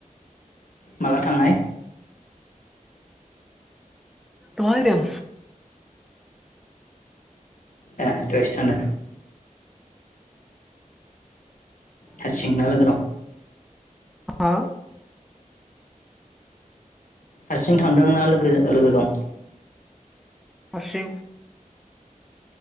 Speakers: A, on the left (about 70°); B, in the centre.
A: माला थांनाय?
B: दहाय दों
A: ए दहायसो थांदो? हारसिं ना लोगो दं?
B: आ आ
A: हारसिं थांदोंना लोगोजो लोगो दं?
B: हारसिं